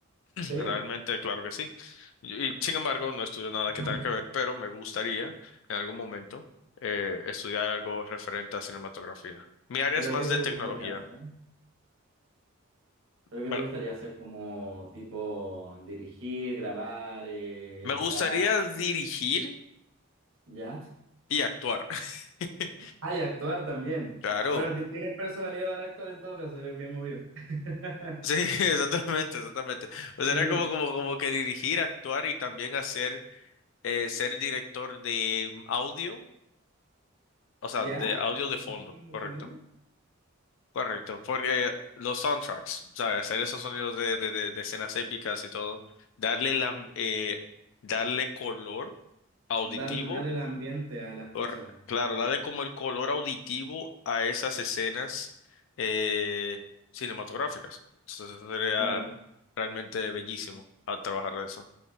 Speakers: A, on the right (about 65°); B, on the left (about 60°).
A: Sí,
B: Realmente, claro que sí. Y y, sin embargo, no estudio nada que
A: <clears throat>
B: tenga que ver, pero me gustaría en algún momento eh, estudiar algo referente a cinematografía. Mi área
A: pero
B: es más
A: ¿qué te
B: de
A: gustaría
B: tecnología,
A: hacer? ¿Pero qué
B: pero
A: te gustaría hacer como tipo dirigir, grabar, eh,
B: me
A: editar?
B: gustaría dirigir
A: ¿Ya?
B: y actuar. <laughs>
A: Ah, y actuar también.
B: Claro.
A: Bueno, ti- tienes personalidad para actuar en todo caso, eres bien movido. <laughs>
B: Sí, <laughs> exactamente, exactamente. O sea,
A: Sí.
B: era como, como, como que dirigir, actuar y también hacer, eh, ser director de audio, o sea,
A: ¿Ya?
B: de audio de
A: ¿Edición
B: fondo,
A: de
B: correcto.
A: sonido?
B: Correcto, porque los soundtracks, o sea, hacer esos sonidos de, de, de- de escenas épicas y todo, darle la, eh, darle color auditivo,
A: darle, darle el ambiente a las
B: cor-
A: cosas.
B: claro, darle como el color auditivo a esas escenas eh, cinematográficas. Entonces, eso sería
A: Claro,
B: realmente bellísimo al trabajar de eso.